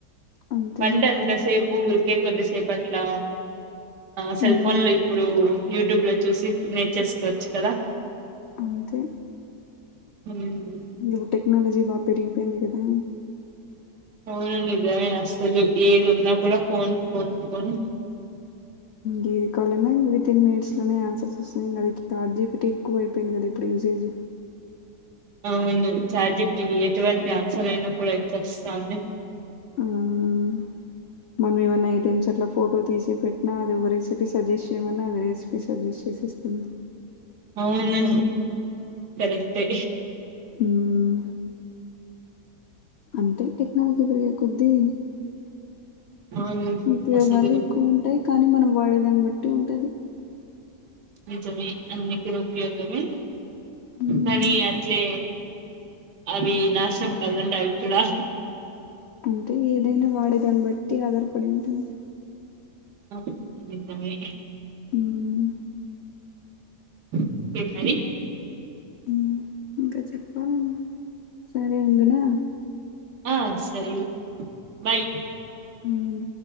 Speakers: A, on the left (about 70°); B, on the right (about 80°).
A: అంతేలే
B: వంట అంత సేపు ఊరికే కొద్దిసేపట్లా ఆ సెల్
A: హ్మ్
B: ఫోన్లు ఇప్పుడు యూట్యూబ్ లో చూసి నేర్చేసుకోవచ్చు కదా
A: అంతే
B: హ్మ్
A: న్యూ టెక్నోలజీ బాగా పెరిగిపోయింది కదా
B: అవును అండి నిజమే అసలు ఏదీ ఉనా కూడా ఫోన్ ఫోన్ ఫోన్
A: ఇది కావాలన్నా విత్ ఇన్ మినిట్స్ లోనే ఆన్సర్స్ వస్తున్నాయి చాట్జీపీటీ ఎక్కువ అయిపోయింది కాద ఇప్పుడు యూసేజ్
B: అవును చాట్జీపీటీ ఎటువంటి ఆన్సర్ అయినా కూడా ఇచ్చేస్తాంది
A: హ్మ్ మనం ఏమైన్నా ఐటెమ్స్ అట్లా ఫోటో తీసి పెట్టినా అది ఒక రెసిపీ సజెస్ట్ చేయమన్నా అది రెసిపీ సజెస్ట్ చేసేస్తుంది
B: అవును కరెక్టే
A: హ్మ్ అంటే టెక్నాలజీ పెరిగే కొద్దీ
B: అవును
A: ఉపయోగాలు
B: అసలు
A: ఎక్కువ ఉంటాయి కానీ మనం వాడేదాన్ని బట్టి ఉంటది
B: నిజమ అన్ని కూడా ఉపయోగమే
A: హ్మ్
B: కానీ అట్లే అవి నాశనం కదండి అవిక్కూడా
A: అంటే ఏదైనా వాడే దాన్ని బట్టి ఆధారపడి ఉంటుంది
B: అవునండి నిజమే
A: హ్మ్
B: ఇంకేం మరి
A: హ్మ్ ఇంకా చెప్పాలీ సరే ఉండనా
B: ఆ సరే బాయ్
A: హ్మ్